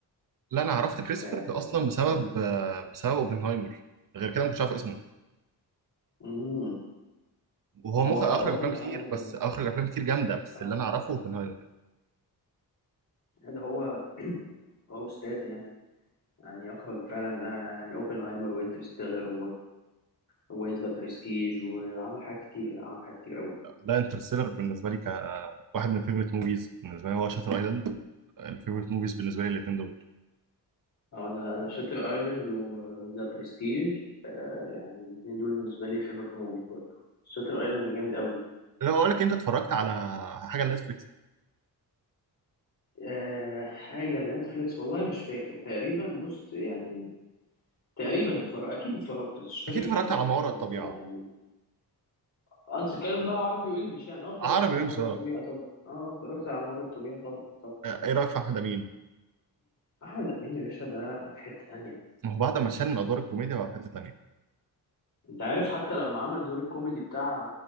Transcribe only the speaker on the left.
آه،
جامدين
امم
هو
اوبنهايمر
و...
اه
ده هو هو استاذ يعني يعني اخرج فعلا آه، يعني اوبنهايمر وانترستيلر ويز ذا برستيج وعمل حاجات كتير لا عمل حاجات كتير قوي
اه، انا انا شاتر ايلاند وذا برستيج آه يعني الاثنين دول بالنسبه لي فيفورت موفيز برضه شاتر ايلاند جامد قوي
آه حاجه نتفليكس والله مش فاكر تقريبا بص يعني تقريبا اتفرج اكيد اتفرجت بس مش فاكر
كانوا
ايه
بس
يعني آه، انت تتكلم بقى عربي وانجلش يعني اه اتفرجت
على ممر
الطبيعه طبعا اه آه، اتفرجت على ممر الطبيعه طبعا طبعا
احمد امين يا باشا ده في حته ثانيه
انت عارف حتى لما عمل دور الكوميدي بتاع